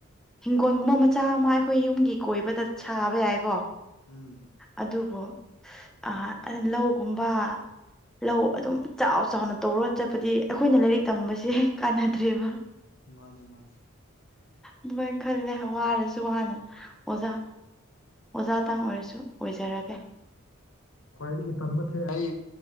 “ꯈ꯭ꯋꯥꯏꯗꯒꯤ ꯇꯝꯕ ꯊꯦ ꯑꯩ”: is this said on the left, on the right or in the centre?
Left